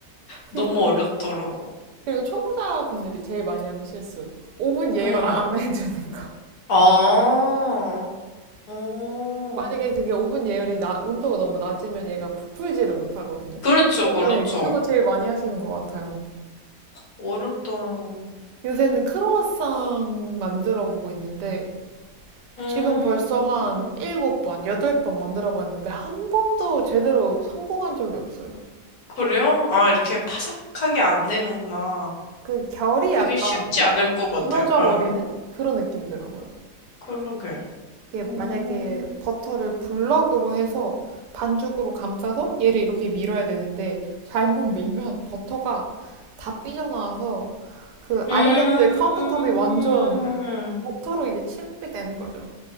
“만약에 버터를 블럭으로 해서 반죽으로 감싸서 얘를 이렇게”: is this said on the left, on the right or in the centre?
Right